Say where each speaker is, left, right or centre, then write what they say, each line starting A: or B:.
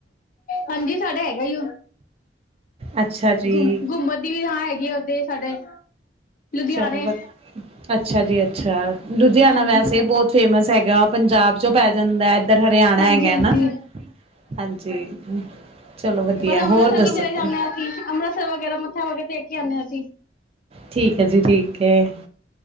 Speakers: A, on the left; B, on the right.
A: ਹਾਂਜੀ ਸਾਡਾ ਹੈਗਾ ਉਹ
B: ਅੱਛਾ ਜੀ
A: ਗੁਮ ਘੁੰਮਣ ਦੀ ਵੀ ਥਾਂ ਹੈਗੀ ਆ ਉੱਧ ਸਾਡੇ ਲੁਧਿਆਣੇ
B: ਚਲੋ ਅੱਛਾ ਜੀ ਅੱਛਾ ਲੁਧਿਆਣਾ
A: ਹਾਂਜੀ
B: ਵੈਸੇ ਬਹੁਤ ਫੇਮਸ ਹੈਗਾ ਵਾ ਪੰਜਾਬ ਚੋਂ ਪੈ ਜਾਂਦਾ ਇੱਧਰ ਹਰਿਆਣਾ
A: ਹਾਂਜੀ
B: ਹੈਗਾਾ
A: ਹਾਂਜੀ
B: ਹਾਂਜੀ ਚਲੋ ਵਧੀਆ
A: ਬਸ ਅੰਮ੍ਰਿਤਸਰ
B: ਹੋਰ ਦੱਸੋ
A: ਵੀ ਚਲੇ ਜਾਂਦੇ
B: ਜੀ।
A: ਹਾਂ ਅਸੀਂ ਅੰਮ੍ਰਿਤਸਰ ਵਗੈਰਾ ਮੱਥਾ ਵ ਟੇ ਕੇ ਆਉਦੇ ਹ ਅਸੀਂ
B: ਠੀਕ ਹੈ ਜੀ ਠੀਕ ਹੈ